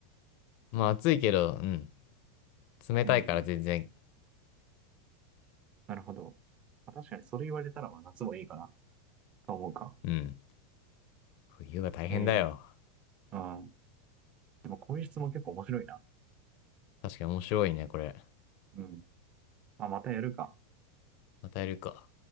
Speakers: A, on the left (about 50°); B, on the right (about 30°).
A: まあ暑いけど、うん。冷たいから全然。
B: うん。なるほど。まあ確かにそれ言われたら、まあ夏もいいかな、と思うか。
A: うん。冬が大変だよ。
B: ええうん。でもこういう質問結構面白いな。
A: 確かに面白いね、これ。
B: うん。まあ、またやるか。
A: またやるか。